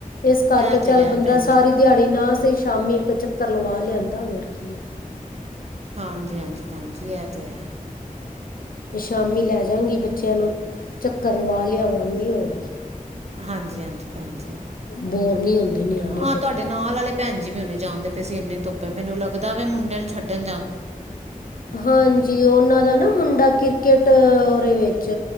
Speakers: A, on the left (about 80°); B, on the right (about 50°).
A: ਇਸ ਕਰਕੇ
B: ਇਹ ਤੇ
A: ਚੱਲ
B: ਹੈ
A: ਬੰਦਾ
B: ਭੈਣ
A: ਸਾਰੀ
B: ਜੀ
A: ਦਿਹਾੜ ਬਈ ਨਾ ਸਈ ਸ਼ਾਮੀ ਇੱਕ ਚੱਕਰ ਲਵਾ ਲਿਆਂਦਾ, ਹੋਰ ਕੀ।
B: ਹਾਂਜੀ-ਹਾਂਜੀ, ਭੈਣਜੀ ਐਹ ਤੇ ਹੈ।
A: ਤੇ ਸ਼ਾਮੀ ਲੈ ਜਾਂਗੀ ਬੱਚਿਆਂ ਨੂੰ, ਚੱਕਰ ਲਵਾ ਲਿਆਵਾਂਗੀ, ਹੋਰ ਕੀ।
B: ਹਾਂਜੀ-ਹਾਂਜੀ ਭੈਣ ਜੀ।
A: ਬੋਰ ਨਹੀਂ ਹੁੰਦੇ ਨਿਆਣੇ
B: ਹਾਂ,
A: ਫਿਰ
B: ਤੁਆਡੇ
A: ਇੱਦਾਂ
B: ਨਾਲ ਆਲੇ ਭੈਣਜੀ ਵੀ ਹੁਨੇ ਜਾਂਣਦੇ ਪਏ ਸੀ ਇੰਨੇ ਧੂੱਪੇ ਮੈਨੂੰ ਲਗਦਾ ਵੇ ਮੁੰਡੇ ਨੂੰ ਛੱਡਣ ਜਾਂ
A: ਹਾਂਜੀ ਉਨਾਂ ਦਾ ਨਾ ਮੁੰਡਾ ਕ੍ਰਿਕੇਟ ਔਰੇ ਵਿੱਚ